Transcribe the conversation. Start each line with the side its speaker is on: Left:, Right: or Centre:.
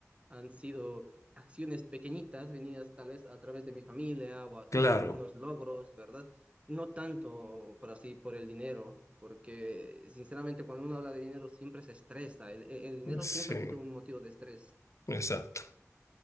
Right: han sido acciones pequeñitas, venidas tal vez a través de mi familia o a través
Left: Claro.
Right: de algunos logros, ¿verdad? No tanto por así, por el dinero, porque sinceramente cuando uno habla de dinero siempre se estresa, el, el el dinero
Left: Sí,
Right: siempre ha sido un motivo de estrés,
Left: exacto.